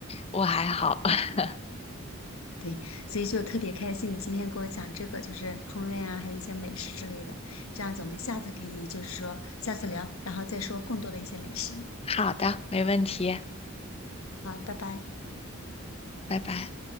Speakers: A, on the left (about 30°); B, on the left (about 75°).
A: 我还好。<laughs>
B: 嗯对，所以就特别开心，你今天给我讲这个，就是烹饪啊，还有一些美食之类的。这样子，我们下次可以就是说下次聊，然后再说更多的一些美食。
A: 好的，没问题。
B: 好，拜拜。
A: 拜拜。